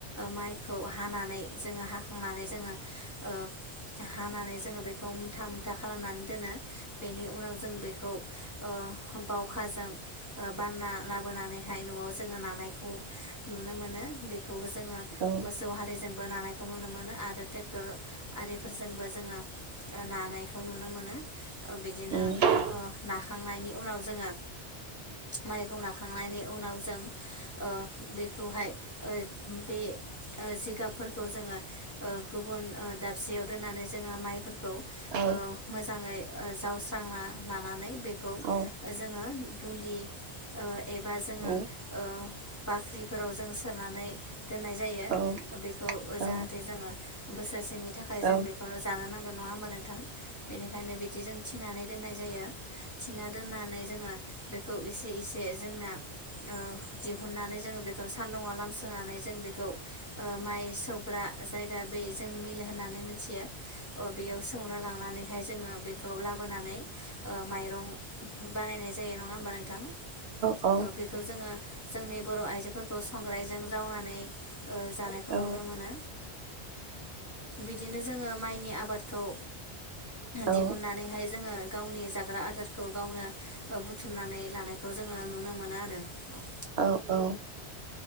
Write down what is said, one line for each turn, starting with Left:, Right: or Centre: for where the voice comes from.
Left: माइखौ हानानै जोङो हाखांनानै जोङो ओ हानानै जोङो बेखौ मोनथाम खालामनानै दोनो बेनि उनाव जों बेखौ ओ बावखाजों ओ बाना लाबोनानैहाय न'आव जोङो नानायखौ नुनो मोनो। बे बो जोङो
Right: औ नंगौ
Left: मोसौ हारिजों बोनानै खौ नुनो मोनो आरो ट्रेक्टर आरिफोरजोंबो जोङो नानायखौ नुनो मोन मोनो बिदिनो
Right: नोंथां
Left: नाखांनायनि उनाव जोङो माइखौ नाखांनायनि उनाव जों ओ बेखौहाय बे ओ जिगाब फोरखौ जोङो ओ गुबुन ओ दाबसेयाव दोननानै जोङो माइ खौ
Right: औ
Left: ओ मोजाङै जावस्रांना लानानै बेखौ
Right: औ
Left: जोङो दुलि <inaudible> एबा जोङो
Right: औ
Left: ओ बाख्रिफोराव जों सोनानै दोननाय जायो। बेखौ
Right: औ
Left: ओ जाहाथे
Right: औ
Left: जोङो बोसोरसेनि थाखाय
Right: औ
Left: जों बेखौनो जानो नांग नङा होमबा नोंथां? बेनिखायनो बिदिजों थिनानै दोननाय जायो। थिना दोननानै जोङो बेखौ एसे इसे जोंना ओ दिहुननानै जोङो बे बेखौ सान्दुंआव लामस्रोनानै जों बेखौ ओ माइ सौग्रा जायगा बे जों मिल होननानै मिथियो। ओ बेयाव सौनो लांनानैहाय जोङो बेखौ लाबोनानै ओ माइरं बानायनाय जायो नङा होमबानों नोंथां। ओ
Right: औ
Left: बेखौ जोङो जोंनि बर' आइजोफोरखौ संग्रायजों जावनानै ओ जानायखौ
Right: औ
Left: नुनो मोनो बिदिनो जोंङो मायनि आ आबादखौ
Right: ओ
Left: दिहुननानैहाय जोङो गावनि जाग्रा आदारखौ गावनो ओ बुथुमनानै लानायखौ जोङो नुनो मोनो आरो औ
Right: औ औ।